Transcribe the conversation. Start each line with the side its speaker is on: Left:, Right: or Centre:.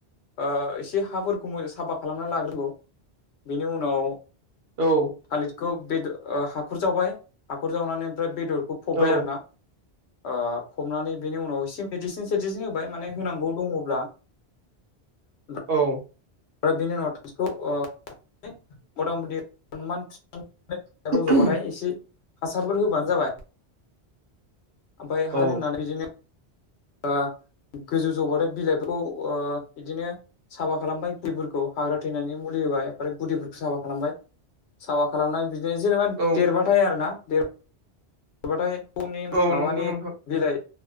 Left: ओ एसे हाफोरखौ मो साफा खालामना लाग्रो नांगौ बेनि उनाव
Right: औ
Left: थालिरखौ बेदर हाखर जावबाय हाखर जावनानै ओमफ्राय बेदरखौ फबबाय
Right: औ
Left: आरो ना ओ फबनानै बिनि उनाव एसे मेडिसिन सेडिसिन होबाय माने होनांगौ दङब्ला ओमफ्राय
Right: औ
Left: <unintelligible> <unintelligible> रज'बाथाय
Right: औ
Left: एसे हासारफोर होबानो जाबाय ओमफ्राय हासार
Right: औ
Left: होनानै बिदिनो ओ गोजौ जौबाथाय बिलाइफोरखौ बिदिनो ओ साफा खालामबाय। गुदिफोरखौ हाग्रा थैनायनि मुलि होबाय। ओमफ्राय गुदिफोरखौ साफा खालामबाय साफा खालामना बि जेनेबा
Right: औ
Left: देरबाथाय आरो ना देरबाथाय एमफौनि
Right: औ
Left: माबानि
Right: नंगौ नोंथां
Left: बिलाइ